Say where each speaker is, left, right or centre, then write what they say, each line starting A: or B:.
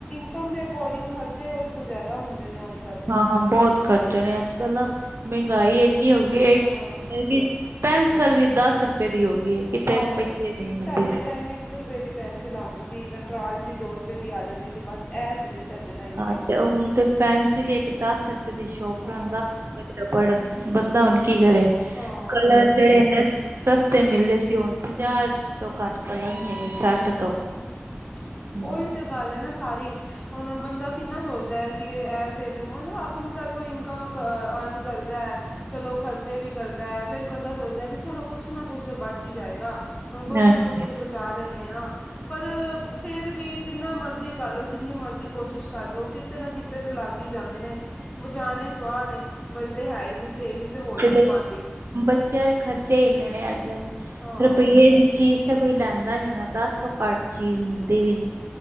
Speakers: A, on the left; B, on the right.
A: ਕਮ ਦੇ ਅਕੋਡਿੰਗ, ਖਰਚੇ ਓਸ ਤੋਂ ਜ਼ਿਆਦਾ ਹੁੰਦੇ ਨੇ, ਅੱਜ ਕੱਲ੍ਹ
B: ਹਾਂ, ਬਹੁਤ ਖਰਚੇ ਨੇ ਅੱਜ ਕੱਲ
A: ਹੂੰ।
B: ਨਾ ਮਹਿੰਗਾਈ ਐਨੀ ਹੋ ਗਈ ਏ,
A: ਹਾਂ।
B: ਕਿ ਪੈੰਸਲ ਵੀ, ਦਸ ਰਪਏ ਦੀ ਹੋ ਗਈ ਏ। ਕਿਤੇ
A: ਹਾਂ,
B: ਰੁਪਈਏ
A: ਸਾਡੇ
B: ਦੀ ਮਿਲਦੀ ਸੀ।
A: ਟਾਈਮ ਇੱਕ ਰਪਏ ਦੀ ਪੈਨਸਿਲ ਆਂਦੀ ਸੀ, ਨਟਰਾਜ ਦੀ ਦੋ ਰੁਪਏ ਦੀ ਆ ਜਾਂਦੀ ਸੀ। ਬਸ ਇਹ ਸੀ ਜੇ ਸਾਡੇ ਟਾਈਮ
B: ਹਾਂ, ਤੇ ਹੁਣ ਤੇ ਪੈਨਸਿਲ ਇੱਕ ਦਸ ਰੁਪਏ ਦੀ, ਸ਼ੋਪਨਰ
A: ਹਾਂ
B: ਦਸ ਬੜਾ, ਬੰਦਾ ਹੁਣ ਕੀ ਕਰੇ,
A: ਹਾਂ
B: ਕਲਰ
A: ਸਹੀ
B: ਜੇੜੇ
A: ਗੱਲ
B: ਇਨੇ
A: ਹੈ
B: ਸਸਤੇ ਮਿਲੇ ਸੀ, ਹੁਣ ਪਨਜਾ ਤੋਂ ਘੱਟ ਕਲਰ ਨੀ ਹੈਗੇ। ਸੱਠ
A: ਹਾਂ,
B: ਤੋਂ ਹੂੰ
A: ਓਈ ਤੇ ਗੱਲ ਐ ਨਾ, ਸਾਰੀ। ਹੁਨ ਬੰਦਾ ਕਿੰਨਾ ਸੋਚਦਾ ਕਿ ਐ ਸੇਵਿੰਗ ਮਤਲਬ, ਆਪਨੀ ਤਰਫੋਂ ਇਨਕਮ ਅ ਅਰਨ ਕਰਦਾ। ਚਲੋ, ਖਰਚੇ ਵੀ ਕਰਦਾ, ਫੇਰ ਬੰਦਾ ਸੋਚਦਾ ਕਿ ਚਲੋ ਕੁਛ ਨਾ ਕੁਛ ਤੇ ਬਚ ਈ ਜਾਏਗਾ। ਹੁਣ ਕੁਛ
B: ਹਾਂਜੀ
A: ਨਾ ਕੁਛ ਤੇ ਬਚਾ ਲੈਂਨੇ ਆਂ। ਪਰ, ਫੇਰ ਵੀ ਜਿੰਨਾ ਮਰਜ਼ੀ ਕਰ ਲਓ, ਜਿੰਨੀ ਮਰਜੀ ਕੋਸ਼ਿਸ਼ ਕਰ ਲੋ ਕਿ ਕਿਤੇ ਨਾ ਕਿਤੇ, ਤੇ ਲੱਗ ਈ ਜਾਂਦੇ ਨੇ। ਬਚਾਣੇ ਸੁਆ ਨੇ, ਬਚਦੇ ਹੈ ਈ ਨੀ ਸੇਵਿੰਗ ਤੇ ਹੋ ਈ ਨੀ
B: ਦੇ
A: ਪਾਂਦੀ।
B: ਬੱਚੇ ਖਰਚੇ ਇੰਨੇ ਨੇ, ਅੱਜ ਕੱਲ
A: ਹਾਂ
B: ਰਪਈਏ ਦੀ ਚੀਜ਼ ਤੇ ਕੋਈ ਲੈਂਦਾ ਨੀ ਨਾ, ਦਸ ਤੋਂ ਘੱਟ ਚੀਜ ਮਿਲਦੀ ਵੀ ਨੀਂ।